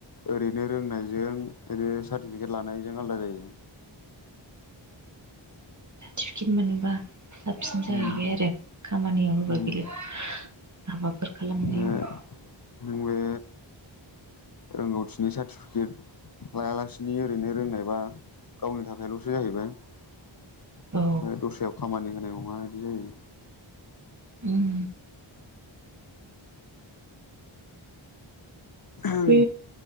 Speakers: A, on the left (about 45°); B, on the right (about 35°).
A: ओरैनो रोंनायजों ओरैनो सार्टिफिकेट लानायजों आलदा जायो।
B: टिफकिट मोनबा साबसिन जाहैबाय
A: उम
B: आरो खामानियाव होबाय
A: उम
B: बेयो हाबाफोर खालामनायाव।
A: ओ नों बे रोंगौथिनि सार्टिफिकेट लायालासिनो ओरैनो रोंनायबा गावनि थाखायल'सो जाहैबाय ओमबाय
B: औ
A: दस्रायाव खामानि होनाय नङा इदि जायो।
B: उम
A: जायो
B: बे